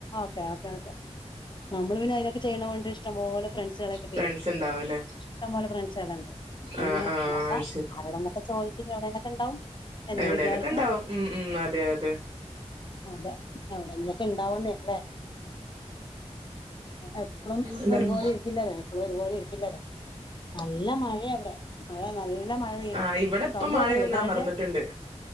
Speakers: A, on the left; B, on the right.
A: ഓക്കെ ഓക്കെ ഓക്കെ നമ്മള് പിന്നെ അതിനൊക്കെ ചെയ്യണ കൊണ്ട് ഇഷ്ടംപഓലെ ഫ്രണ്ട്സുകളെക്കെ ചെയ്യണ്ട്
B: ഫ്രണ്ട്സ് ഉണ്ടാവൂല്ലേ
A: ഇഷ്ടം പോലെ ഫ്രണ്ട്സുകള ഉണ്ട് പിന്നെ
B: ആഹ് ആഹ്
A: നോക്കാം
B: അത്
A: ആരോടന്നൊക്കെ ചോദിച്ചിട്ട് എവിടെന്നൊക്കെ ഉണ്ടാവും എന്ന്
B: എവിടെലൊക്കെ
A: വിചാരിക്കണം
B: ഉണ്ടാവും ഉ ഉ അതെ അതെ
A: അതെ എടെന്നൊക്കെ ഇണ്ടാവന്നല്ലേ എപ്പളും
B: എല്ലാരും
A: ഒരുപാളി ഇരിക്കില്ലരാാ എപ്പഴും ഒരുപോളി ഇരിക്കില്ലതാ നല്ല മഴയ അവിടെ മഴ നല്ല മഴ പെയ്യണ്ട്
B: ആഹ് ഇവിടെ ഇപ്പം
A: സൗണ്ട്
B: മഴയൊന്ന്
A: കേക്കണല്ലേ മഴയുടെ
B: അമർന്നിട്ടുണ്ട്
A: <unintelligible>